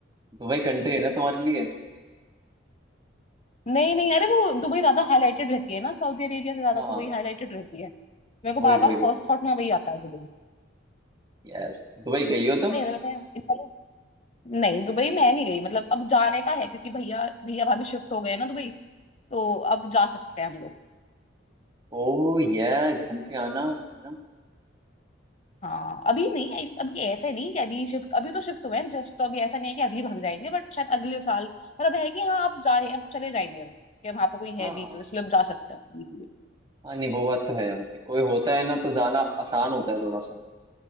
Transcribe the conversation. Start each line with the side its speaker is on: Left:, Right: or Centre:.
Right: दुबई कंट्री है ना तुम्हारे लिए
Left: नहीं नहीं अरे वो दुबई ज्यादा हाईलाइटेड रहती है ना सऊदी अरेबिया से ज्यादा
Right: हाँ
Left: तो वही हाईलाइटेड रहती है मेरे को बार
Right: वही
Left: बार
Right: वही
Left: फर्स्ट
Right: वही
Left: थॉट में वही आता है दुबई
Right: यस दुबई गई हो तुम
Left: नहीं अरे बेटा इस बार- नहीं दुबई मैं नहीं गई मतलब अब जाने का है क्योंकि भैया भैया भाभी शिफ्ट हो गए हैं ना दुबई तो अब जा सकते हैं हम लोग
Right: ओ ये घूम के आना है ना
Left: हाँ अभी नहीं अभी अभी ऐसे नहीं कि अभी शिफ्ट अभी तो शिफ्ट हुए हैं जस्ट तो अभी ऐसा नहीं है कि अभी भाग जाएंगे बट शायद अगले साल पर अब है कि हाँ आप जा अब चले जाएंगे अब कि वहां पे कोई है
Right: हाँ
Left: भी
Right: हाँ
Left: तो इसलिए हम जा सकते हैं easily।
Right: हाँ नहीं वो बात तो है यार फिर कोई होता है ना तो जाना आसान होता है थोड़ा सा